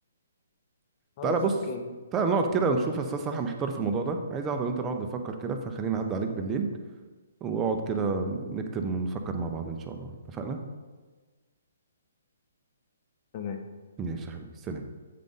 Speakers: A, on the left; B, on the right.
A: خلاص
B: تعالى بص
A: اوكي
B: تعالى نقعد كده ونشوف أساس صراحة محتار في الموضوع ده عايز أقعد وأنت نقعد نفكر كده فخليني أعدي عليك بالليل وأقعد كده نكتب ونفكر مع بعض إن شاء الله اتفقنا؟
A: تمام
B: ماشي يا حبيبي سلام